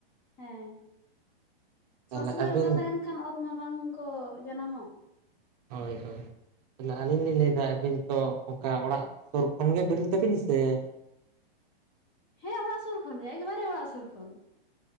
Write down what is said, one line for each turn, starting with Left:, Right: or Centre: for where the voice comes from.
Left: ᱦᱮᱸ
Right: ᱛᱟᱦᱚᱞᱮ
Left: ᱥᱚᱵ ᱥᱚᱢᱚᱭ
Right: ᱟᱹᱵᱤᱱ
Left: ᱚᱫᱟ ᱛᱟᱦᱮᱱ ᱠᱷᱟᱱ ᱩᱫ ᱢᱟ ᱵᱟᱝ ᱠᱚ ᱡᱟᱱᱟᱢᱚᱜ
Right: ᱦᱳᱭ ᱦᱳᱭ ᱞᱟᱦᱟ ᱟᱹᱞᱤᱧ ᱞᱤᱧ ᱞᱟᱹᱭ ᱮᱫᱟ ᱟᱹᱵᱤᱱ ᱛᱚ ᱚᱱᱠᱟ ᱚᱲᱟᱜ ᱥᱩᱨ ᱠᱷᱚᱱ ᱜᱮ ᱵᱮᱨᱮᱫ ᱛᱟᱵᱤᱱ ᱥᱮᱼᱼ
Left: ᱦᱮᱸ ᱚᱲᱟᱜ ᱥᱩᱨ ᱠᱷᱚᱱ ᱜᱮ ᱮᱠᱵᱟᱨᱮ ᱚᱲᱟᱜ ᱥᱩᱨ ᱠᱷᱚᱱᱼᱼ